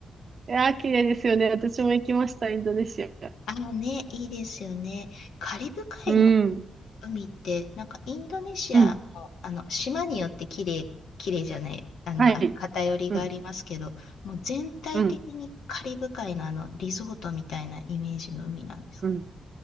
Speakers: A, on the right (about 40°); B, on the left (about 85°).
A: いやー、綺麗ですよね。私も行きました、インドネシア。
B: あのね、いいですよね。カリブ海の
A: うん。
B: 海って、なんかインドネシアの、
A: うん。
B: あの島によって綺麗、綺麗じゃない、あの、
A: はい。
B: あ偏りがありますけど、
A: うん、
B: もう全体的にカリブ海のあのリゾートみたいなイメージの海なんです。
A: うん、うん。